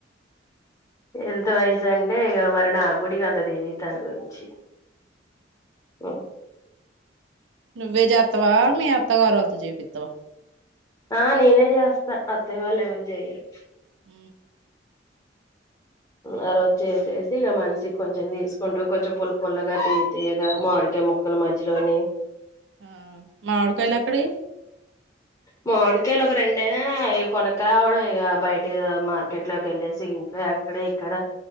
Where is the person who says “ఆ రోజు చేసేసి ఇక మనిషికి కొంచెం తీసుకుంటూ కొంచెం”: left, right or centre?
Left